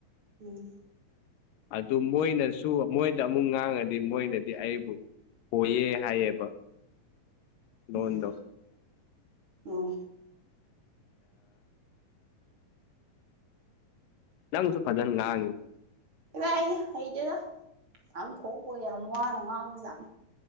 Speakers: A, on the right; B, on the left.
A: ꯎꯝ
B: ꯑꯗꯨ ꯃꯣꯏꯅꯁꯨ ꯃꯣꯏꯗ ꯑꯃꯨꯛ ꯉꯥꯡꯉꯗꯤ ꯃꯣꯏꯅꯗꯤ ꯑꯩꯕꯨ ꯍꯣꯏꯌꯦ ꯍꯥꯏꯌꯦꯕ ꯂꯣꯟꯗꯣ
A: ꯎꯝ ꯑꯣ
B: ꯅꯪꯁꯨ ꯐꯖꯅ ꯂꯅꯤ
A: ꯏꯔꯥꯛꯌꯦ ꯍꯩꯗꯦꯗ ꯌꯥꯝ ꯊꯣꯛꯄ ꯌꯥꯝ ꯋꯥꯅ ꯉꯥꯡꯕꯖꯥꯠꯅꯤ